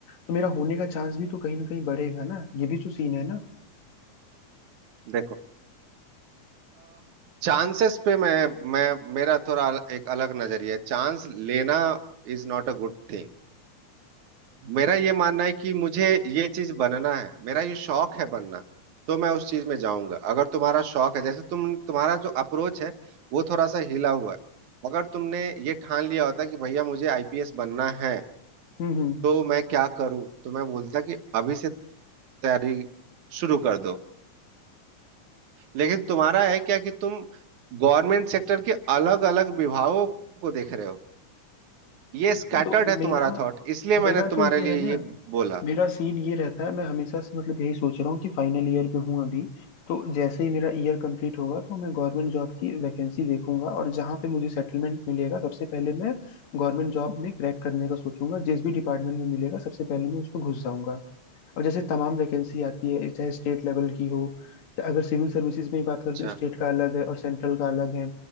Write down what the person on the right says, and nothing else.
देखो चांसेस पे मैं मैं मेरा थोड़ा अल- एक अलग नजरिया है चांस लेना is not a good thing मेरा ये मानना है कि मुझे ये चीज बनना है मेरा ये शौक है बनना तो मैं उस चीज में जाऊंगा अगर तुम्हारा शौक है जैसे तुम तुम्हारा जो अप्रोच है वो थोड़ा सा हिला हुआ है अगर तुमने ये ठान लिया होता कि भैया मुझे आईपीएस बनना है
तो मैं क्या करूं तो मैं बोलता कि अभी से तैयारी शुरू कर दो लेकिन तुम्हारा है क्या कि तुम गवर्नमेंट सेक्टर के अलग अलग विभागों को देख रहे हो ये स्कैटर्ड
है
तुम्हारा थॉट इसलिए
मैंने तुम्हारे
लिए
ये बोला
अच्छा